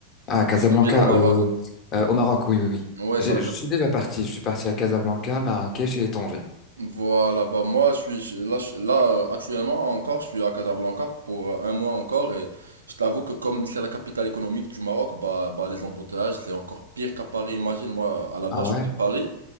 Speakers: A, on the left; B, on the right.
A: Ah Casablanca,
B: C'est une ville au Maroc.
A: euh, euh, au Maroc, oui oui oui.
B: Ouais,
A: J'ai-
B: ça.
A: Je suis déjà parti. Je suis parti à Casablanca, Marrakech et Tanger.
B: Voilà, bah moi je suis je- là, je- là euh, actuellement encore, je suis à Casablanca pour euh, un mois encore et je t'avoue que comme c'est la capitale économique du Maroc, bah, bah les embouteillages c'est encore pire qu'à Paris, imagine, moi à la base
A: Ah ouais?
B: je suis de Paris